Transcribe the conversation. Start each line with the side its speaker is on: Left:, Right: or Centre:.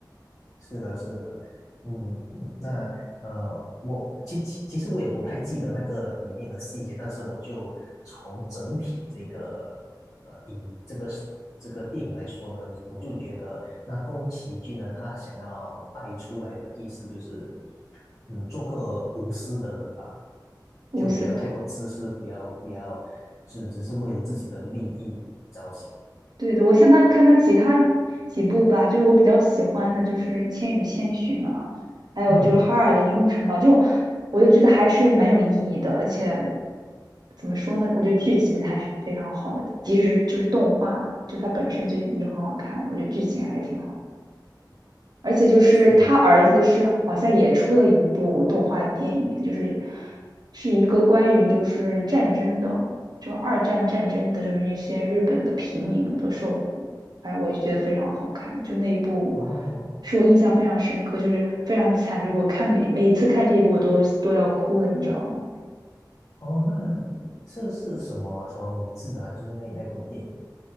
Left: 是的，是的，嗯，那呃，我其其其实我也不太记得那个里面的细节，但是我就从整体这个呃影这个是这个电影来说呢，我就觉得那宫崎骏呢，他想要带出来的意思就是，嗯，做个无私的人吧，
Right: 无私。
Left: 就不要太过自私，不要不要就只是为了自己的利益着想。
Right: 对的，我像他看他其他几部吧，就是我比较喜欢的，就是《千与千寻》啊，还有就是《哈尔的移动城堡》这种，
Left: 嗯，
Right: 我就觉得还是蛮有意义的，而且怎么说呢，我觉得剧情还是非常好的，即使是就是动画，就它本身就已经很好看了我觉得剧情还是挺好。而且就是他儿子是好像也出了一部动画电影，
Left: 是的，
Right: 就是是一个关于就是战争的，就二战战争的，就是那些日本的平民的受苦，哎，我就觉得非常好看，就那一部
Left: 哦。
Right: 是我印象非常深刻，就是非常惨，就是我看每每一次看这一部我都都要哭了，你知道吗？
Left: 哦，那这是什么什么名字啊？就是那那部电影，